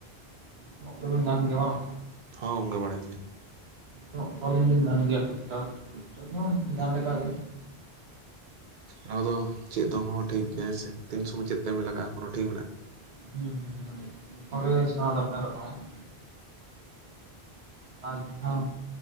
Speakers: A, on the right (about 75°); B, on the right (about 55°).
A: ᱩᱱᱚᱜ ᱚᱠᱛᱚ ᱫᱚᱢ ᱧᱟᱢ ᱜᱟᱱ ᱜᱮᱭᱟ ᱵᱟᱝ!
B: ᱦᱚᱸ, ᱣᱚᱝᱠᱮ ᱵᱟᱲᱟᱭ ᱜᱮᱭᱟᱞᱤᱧ᱾
A: <inaudible> ᱦᱚᱸᱜᱟᱱ ᱞᱮᱠᱟᱜᱮ᱾
B: ᱚᱱᱟ ᱠᱚ ᱫᱚ ᱪᱮᱫ ᱛᱮ ᱦᱚᱸ ᱴᱷᱤᱠ ᱜᱮ ᱦᱮᱸ ᱥᱮ, ᱛᱤᱱ ᱥᱚᱢᱚᱭ ᱪᱮᱫ ᱠᱟᱢᱤ ᱞᱟᱜᱟᱜᱼᱟ, ᱠᱳᱱᱳ ᱴᱷᱤᱠ ᱢᱮᱱᱟᱜᱼᱟ!
A: ᱦᱩᱸ-ᱦᱩᱸ, ᱱᱚᱰᱮ ᱡᱚᱛᱚ ᱜᱮ ᱞᱟᱹ ᱥᱮᱬᱟ ᱫᱚᱨᱠᱟᱨᱚᱜ ᱠᱟᱱᱟ᱾ ᱟᱨ ᱦᱚᱸ